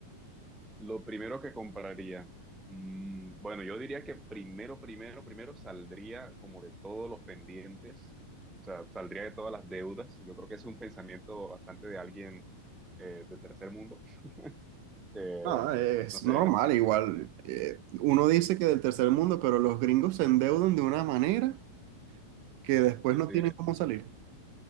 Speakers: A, in the centre; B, on the right.
A: Lo primero que compraría. mm, bueno, yo diría que primero, primero, primero saldría como de todos los pendientes. O sea, saldría de todas las deudas. Yo creo que es un pensamiento bastante de alguien eh, de tercer mundo. <laughs> Eh,
B: Ah, es
A: no sé.
B: normal, igual. eh, uno dice
A: Sí,
B: que del tercer mundo, pero los gringos se endeudan de una manera que después
A: sí.
B: no
A: sí.
B: tienen cómo salir.